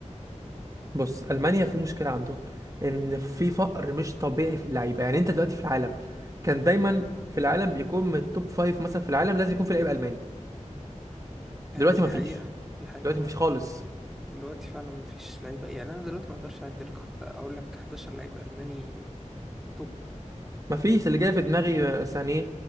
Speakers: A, on the right; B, in the centre.
A: بص المانيا في مشكله عندهم ان في فقر مش طبيعي في اللعيبه يعني انت دلوقتي في العالم كان دايما في العالم بيكون من التوب فايف مثلا في العالم لازم يكون في لعيب الماني
B: آه،
A: دلوقتي
B: دي
A: مفيش
B: حقيقة دي حقيقة
A: دلوقتي مفيش خالص
B: دلوقتي فعلا مفيش لعيبة يعني أنا دلوقتي ما أقدرش أعد لك حتى أقول لك 11 لعيب ألماني توب
A: مفيش اللي جاي في دماغي سانيه